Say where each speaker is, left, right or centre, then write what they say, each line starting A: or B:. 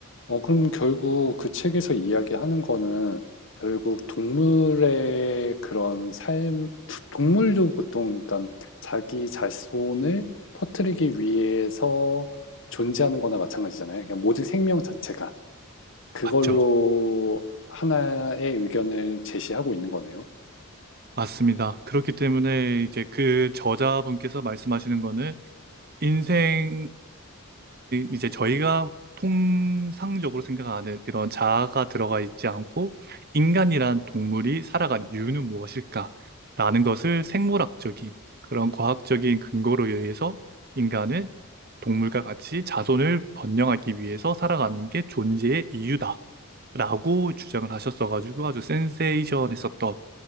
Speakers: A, on the left; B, on the right.
A: 어, 그럼 결국 그 책에서 이야기하는 거는 결국 동물의 그런 삶, 동물도 보통 그러니까 자기 자손을 퍼뜨리기 위해서 존재하는 거나 마찬가지잖아요. 그러니까 모든 생명 자체가 그걸로
B: 맞죠?
A: 하나의 의견을 제시하고 있는 거네요.
B: 맞습니다. 그렇기 때문에 이제 그 저자분께서 말씀하시는 거는 인생이라는 이제 저희가 통상적으로 생각하는 그런 자아가 들어가 있지 않고 인간이란 동물이 살아간 이유는 무엇일까라는 것을 생물학적인 그런 과학적인 근거로 의해서 인간은 동물과 같이 자손을 번영하기 위해서 살아가는 게 존재의 이유다라고 주장을 하셨어가지고 아주 센세이션했었던